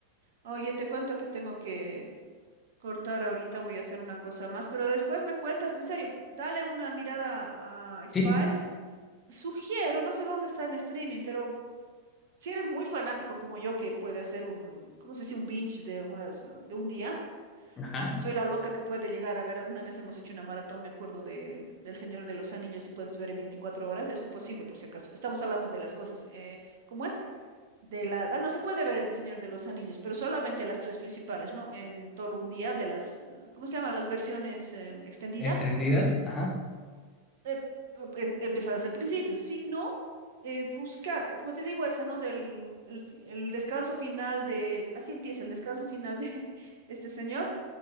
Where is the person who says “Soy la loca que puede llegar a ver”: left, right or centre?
Right